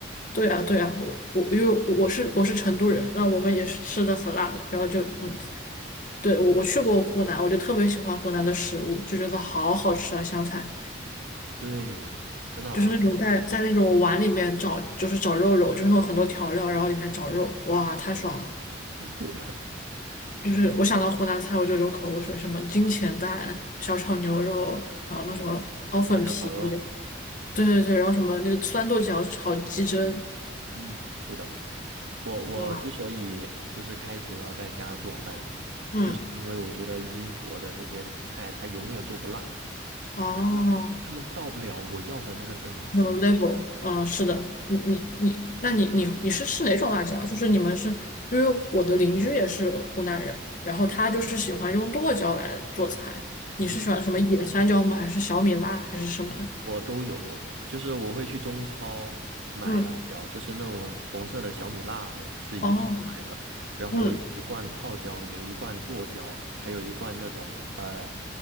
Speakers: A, on the left; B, on the right.
A: 对啊对啊，我我因为我是我是成都人，那我们也是吃的很辣的，然后就嗯，
B: 嗯，
A: 对我我去过湖南，我就特别喜欢湖南的食物，就觉得好好吃啊，湘菜
B: 对，真的啊，
A: 就是那种在在那种碗里面找就是找肉肉，就是有很多调料，然后里面找肉，哇，太爽了。
B: <laughs> 对的，
A: 就是我想到湖南菜我就流口水，
B: 对的
A: 什么金钱蛋、小炒牛肉，然后那什么炒粉皮，
B: 对对辣椒炒肉，
A: 对对对，然后什么那个酸豆角炒鸡胗，
B: 嗯，是的，我我之所以就是开始要在家做饭，
A: 哇，嗯，
B: 就是因为我觉得英国的那些菜它永远做不辣，
A: 哦，
B: 就是他们到不了我要的那个等级。
A: 有 l e v e l 嗯，是的，你你你，那你你你是吃哪种辣椒？就是你们是因为我的邻居也是湖南人，然后他就是喜欢用剁椒来做菜，
B: 嗯，
A: 你是喜欢什么野山椒吗？还是小米辣还是什么的？
B: 我都有，就是我会去中超买辣椒，
A: 嗯，
B: 就是那种红色的小米辣，我是一定要买的。
A: 哦，
B: 然后我有一罐泡椒，
A: 嗯。
B: 有一罐剁椒，还有一罐那种呃